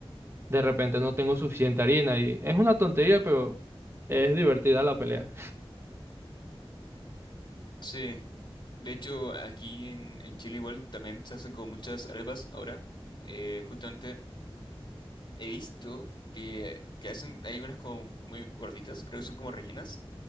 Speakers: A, on the right; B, on the left.
A: de repente no tengo suficiente harina y es una tontería, pero es divertida la pelea.
B: Sí. De hecho, aquí en, en Chile igual también se hacen como muchas arepas ahora. Eh, justamente he visto que, que hacen, hay unas como muy gorditas, creo que son como rellenas